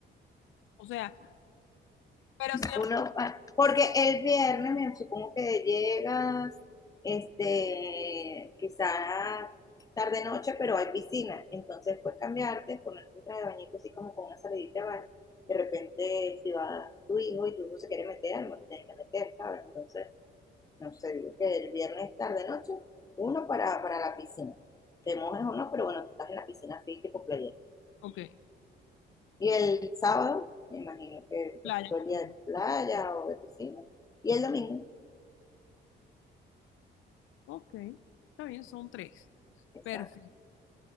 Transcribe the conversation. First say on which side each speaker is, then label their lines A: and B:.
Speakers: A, on the left (about 85°); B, on the left (about 15°).
A: O sea, pero se llama...
B: Uno pa- porque el viernes me supongo que llegas, este, quizás tarde noche, pero hay piscina. Entonces puedes cambiarte, ponerte un traje de bañito así como con una salidita de baño. De repente, si va tu hijo y tu hijo se quiere meter, no te tienes que meter, ¿sabes? Entonces, no sé, digo que el viernes tarde noche, uno para, para la piscina. Te mojas o no, pero bueno, tú estás en la piscina así, tipo playa.
A: Ok,
B: Y el sábado, me imagino que
A: playa
B: pues todo
A: completa.
B: el día de playa o de piscina. Y el domingo,
A: Ok, está bien, son tres.
B: exacto.
A: Perfecto.